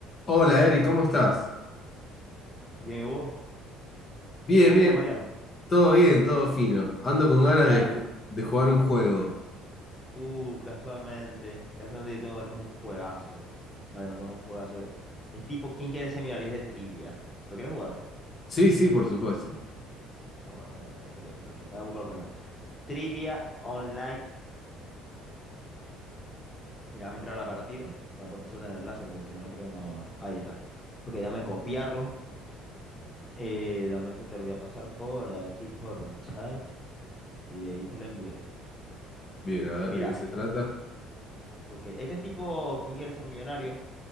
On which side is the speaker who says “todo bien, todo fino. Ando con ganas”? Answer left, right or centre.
Left